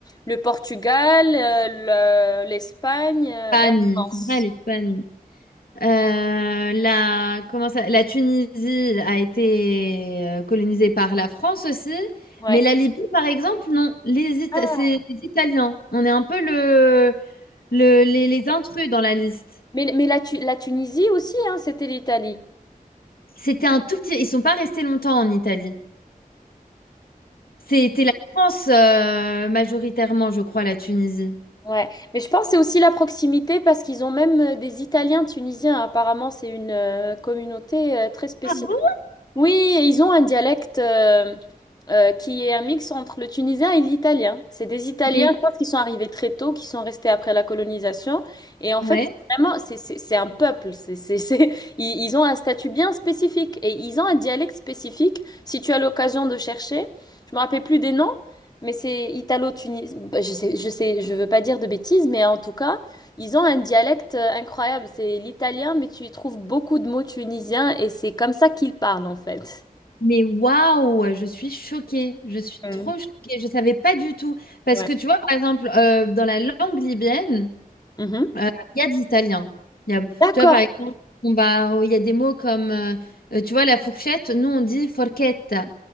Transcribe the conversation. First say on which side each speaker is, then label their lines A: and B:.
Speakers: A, on the left; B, on the left.
A: le Portugal, euh, le- l'Espagne, euh,
B: Espagne,
A: et la France.
B: c'est vrai, l'Espagne. Euh, la, comment ça, la Tunisie a été euh, colonisée par la France aussi,
A: Ouais.
B: mais la Libye, par exemple, non. Les Ita-
A: Ah,
B: c'est les Italiens. On est un peu le, le- les, les intrus dans la liste.
A: mais, mais la, Tu- la Tunisie aussi, hein, c'était l'Italie.
B: C'était un tout petit. Ils sont pas restés longtemps en Italie. C'était la France euh, majoritairement, je crois, la Tunisie.
A: Ouais, mais je pense que c'est aussi la proximité parce qu'ils ont même euh, des Italiens tunisiens. Apparemment, c'est une euh, communauté euh, très spéciale.
B: Ah bon?
A: Oui, et ils ont un dialecte euh, euh, qui est un mix entre le tunisien et l'italien. C'est des Italiens,
B: Mais
A: je pense, qui sont arrivés très tôt, qui sont restés après la colonisation. Et en fait,
B: ouais.
A: c'est vraiment, c'est c'est- c'est un peuple. C'est, c'est, c'est- <laughs> Ils, ils ont un statut bien spécifique et ils ont un dialecte spécifique. Si tu as l'occasion de chercher, je me rappelle plus des noms, mais c'est italo-tunisien. Je sais, je sais, je veux pas dire de bêtises, mais en tout cas. Ils ont un dialecte euh, incroyable, c'est l'italien, mais tu y trouves beaucoup de mots tunisiens et c'est comme ça qu'ils parlent en fait.
B: Mais waouh, je suis choquée, je suis
A: Mm.
B: trop choquée, je savais pas du tout. Parce
A: Ouais.
B: que tu vois, par exemple, euh, dans la langue libyenne,
A: Mhm.
B: euh, il y a de l'italien. Il y a-
A: D'accord.
B: Tu vois, par exemple, on va, il y a des mots comme, euh, euh, tu vois, la fourchette, nous on dit forchetta.